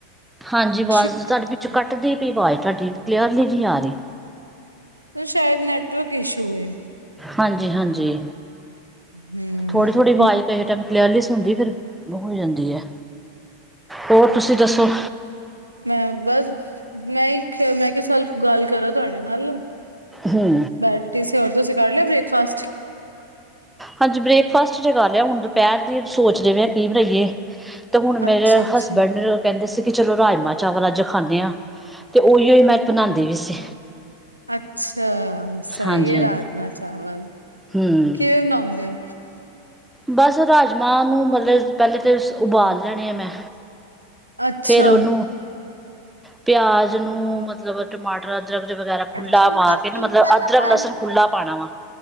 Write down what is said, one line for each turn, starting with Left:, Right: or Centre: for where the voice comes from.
Centre: ਹਾਂਜੀ ਆਵਾਜ਼
Right: ਇਸ਼ੂ
Centre: ਤੁਹਾਡੇ ਪਿੱਛੋਂ ਕੱਟਦੀ ਪਈ ਆਵਾਜ਼ ਤੁਹਾਡੀ ਕਲੀਅਰਲੀ ਨਹੀਂ ਆ ਰਹੀ।
Right: ਸ਼ਾਇਦ ਨੈਟਵਰਕ ਇਸ਼ੂ ਹੈ।
Centre: ਹਾਂਜੀ ਹਾਂਜੀ
Right: ਹੂੰ,
Centre: ਥੋੜੀ ਥੋੜੀ ਆਵਾਜ਼ ਕਿਸਹੇੇ ਟ ਕਲਿਆਲੀਸ ਹੁੰਦੀ ਫਿਰ ਹੋ ਜਾਂਦੀ ਹੈ ਹੋਰ ਤੁਸੀਂ ਦੱਸੋ?
Right: ਮੈਂ ਬਸ ਮੈਂ ਮੈਂ ਕਿਹਾ ਸਲਫ ਗੱਲ ਕਰਾਂ ਤੁਹਾਡੇ ਨਾਲ
Centre: ਹੂੰ।
Right: ਬੈਠੇ ਸੀ ਹੋਰ ਤੁਸੀਂ ਕਰ ਲਿਆ ਬ੍ਰੇਕਫਾਸਟ?
Centre: ਹਾਂਜੀ ਬ੍ਰੇਕਫਾਸਟ ਜ ਗੱਲ ਆ ਹੁਣ ਦੁਪਹਿਰ ਦੀ ਸੋਚਦੇਵੇ ਆ ਕੀ ਬਣਾਈਏ। ਅਤੇ ਹੁਣ ਮੇਰੇ
Right: ਅੱਛਾ-ਅੱਛਾ।
Centre: ਹਸਬੈਂਡ ਕਹਿੰਦੇ ਸੀ ਕਿ ਚਲੋ ਰਾਜਮਾ ਚਾਵਲ ਅੱਜ ਖਾਂਦੇ ਹਾਂ ਤੇ ਉਹੀਓ ਮੈਂ ਬਣਾਉਂਦੀ ਵੀ ਸੀ।
Right: ਅੱਛਾ ਸਹੀ
Centre: ਹਾਂਜੀ
Right: ਹੈ
Centre: ਹਾਂਜੀ
Right: ਰਾਜਮਾ ਚਾਵਲ
Centre: ਹਮ
Right: ਕਿਵੇਂ ਬਣਾਉਂਦੇ ਹੋ?
Centre: ਬਸ ਰਾਜਮਾਂਹ ਨੂੰ ਮਤਲਬ ਪਹਿਲੇ ਤਾਂ ਉਬਾਲ ਲਿਆਣੇ ਆ ਮੈਂ।
Right: ਅੱਛਾ।
Centre: ਫੇਰ ਉਹਨੂੰ ਪਿਆਜ ਨੂੰ ਮਤਲਬ ਮਤਲਬ ਟਮਾਟਰ ਅਦਰਕ ਵਗੈਰਾ ਖੁੱਲਾ
Right: ਠੰਡਾ
Centre: ਪਾ
Right: ਫਰਿੱਜ
Centre: ਕੇ ਮਤਲਬ
Right: ਵਾਲਾ
Centre: ਅਦਰਕ
Right: ਪਾਣੀ
Centre: ਲਸਣ ਖੁੱਲ੍ਹਲਾ
Right: ਦੇ
Centre: ਪਾਣਾ ਵਾ